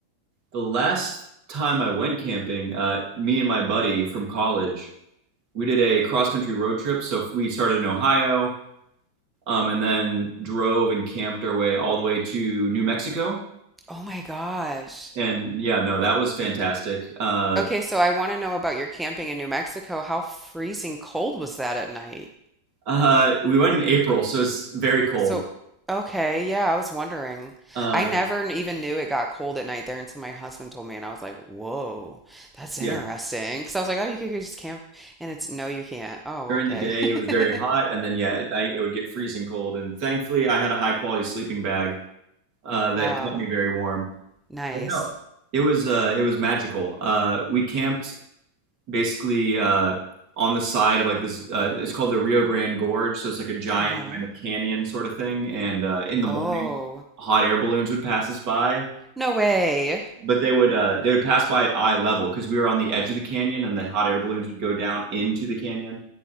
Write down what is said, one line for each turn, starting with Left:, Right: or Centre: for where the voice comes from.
Right: the last time I went camping, uh, me and my buddy from college, we did a cross country road trip. So we started in Ohio, um, and then drove and camped our way all the way to New Mexico.
Centre: Oh my gosh.
Right: And yeah, no, that was fantastic. Uh,
Centre: Okay, so I want to know about your camping in New Mexico. How freezing cold was that at night?
Right: uh, we went in April, so it's very cold.
Centre: So, okay, yeah, I was wondering.
Right: Uh,
Centre: I never n- even knew it got cold at night there until my husband told me, and I was like, whoa, that's
Right: yeah,
Centre: interesting. Because I was like, oh, you could just camp, and it's no, you can't. Oh,
Right: during
Centre: okay.
Right: the day it was
Centre: <laughs>
Right: very hot, and then yeah, at night it would get freezing cold. And thankfully, I had a high quality sleeping bag uh, that
Centre: Wow,
Right: kept me very warm.
Centre: nice.
Right: But no, it was uh, it was magical. Uh, we camped basically uh, on the side of like this. Uh, it's called the Rio Grande Gorge, so it's like a giant
Centre: Uh-huh.
Right: kind of canyon sort of thing. And uh, in the
Centre: Oh,
Right: morning, hot air balloons would pass us by,
Centre: no way.
Right: but they would uh, they would pass by at eye level because we were on the edge of the canyon, and the hot air balloons would go down into the canyon.